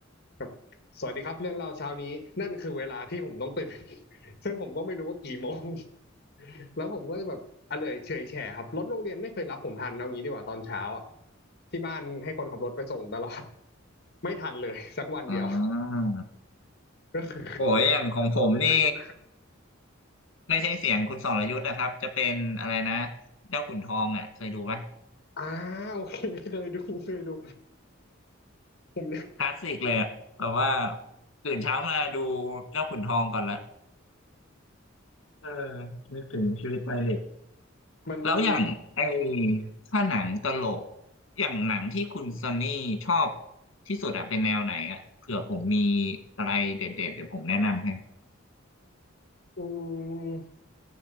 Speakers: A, on the left; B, on the left.
A: แบบสวัสดีครับเรื่องเล่าเช้านี้นั่นคือเวลาที่ผมต้องตื่น <laughs> ซึ่งผมก็ไม่รู้ว่ากี่โมง <laughs> แล้วผมก็จะแบบอะเลอยเฉยแฉะครับรถโรงเรียนไม่เคยรับผมทันเอางี้ดีกว่าตอนเช้าอ่ะที่บ้านให้คนขับรถไปส่งตลอด <laughs> ไม่ทันเลยสักวันเดียว
B: อ่า
A: <laughs> ก็คื
B: โอ้ยอย่างของผมนี่
A: อ <laughs>
B: ไม่ใช่เสียงคุณสรยุทธ์นะครับจะเป็นอะไรนะเจ้าขุนทองอ่ะเคยดูปะ
A: อ่า <laughs> โอเคเคยดูเคยดูผมเนี่ย
B: คลาสสิกเลยอะแบบว่าตื่นเช้ามาดูเจ้าขุนทองก่อนละเออนึกถึงชีวิตวัยเด็ก
A: มันจะมี
B: แล้วอย่างไอ้ถ้าหนังตลกอย่างหนังที่คุณซันนี่ชอบที่สุดอะเป็นแนวไหนอะเผื่อผมมีอะไรเด็ดๆเดี๋ยวผมแนะนำให้
A: อืม